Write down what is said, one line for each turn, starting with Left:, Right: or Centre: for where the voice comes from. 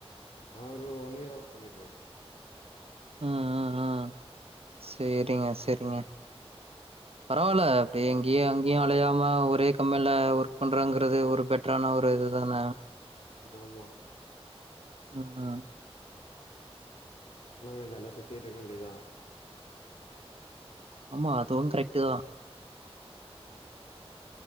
Left: நா ஒரு ஒன் இயரா ஓர்க் பண்ணிட்டுருக்கே
Right: ம் ஆ ஆ ஆ சேரிங்க சேரிங்க
Left: <inaudible>
Right: பரவாயில்ல அப்டி இங்கேயு அங்கேயு அலையாம ஒரே கம்பெனியில ஒர்க் பண்றங்கிறது ஒரு பெட் டரான ஒரு இது தான
Left: ஆமா ஆமா
Right: ம் ம்
Left: சும்மா கொஞ்ச ஜாலியா சுத்திட்டு இருக்க வேண்டியதுதா
Right: ஆமா அதுவு கரெக்ட் தா